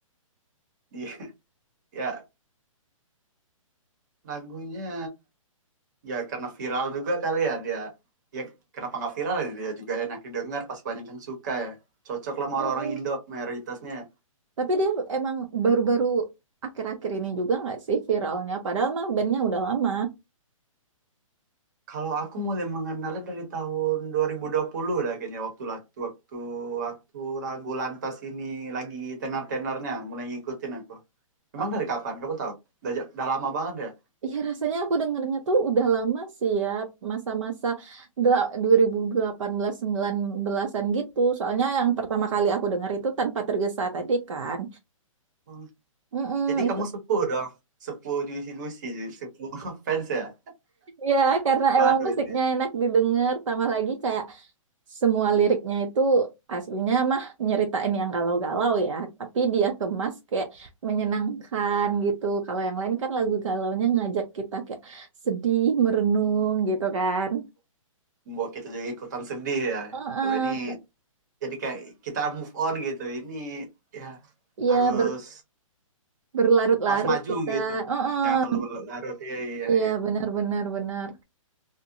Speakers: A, on the right; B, on the right.
A: Iya. <laughs> ya Lagunya ya karena viral juga kali ya dia. Ya kenapa nggak viral ya? dia juga enak didengar pasti banyak yang suka ya. Cocok lah sama
B: Mm-mm.
A: orang-orang Indo mayoritasnya. ya.
B: Tapi dia emang baru-baru akhir-akhir ini juga nggak sih viralnya? Padahal mah bandnya udah lama.
A: Kalau aku mulai mengenalnya dari tahun 2020 lah kayaknya waktu waktu waktu waktu lagu Lantas ini lagi tenar-tenarnya mulai ngikutin aku. Memang
B: Eh,
A: dari kapan? Kamu tahu? Udah, ja-, udah lama banget ya.
B: Iya rasanya aku dengernya tuh udah lama sih ya. Masa-masa del- 2018-19an gitu. Soalnya yang pertama kali aku denger itu Tanpa Tergesa tadi kan.
A: Hmm.
B: Mm-mm,
A: Jadi
B: itu.
A: kamu sepuh dong. Sepuh Juicy Lucy, Ju- sepuh <laughs> fans ya.
B: Ya karena
A: Baru
B: emang musiknya
A: ini.
B: enak didengar. Tambah lagi kayak Semua liriknya itu aslinya mah nyeritain yang galau-galau ya, tapi dia kemas kayak menyenangkan gitu. Kalau yang lain kan lagu galaunya ngajak kita kayak sedih, merenung gitu kan.
A: membuat kita juga ikutan sedih ya.
B: Heeh.
A: Kalau ini jadi kayak kita move on gitu. Ini ya
B: Iya
A: harus
B: ber- berlarut-larut
A: harus maju
B: kita.
A: gitu.
B: Heeh.
A: Jangan terlalu berlarut. Iya iya
B: Iya
A: iya.
B: benar-benar benar.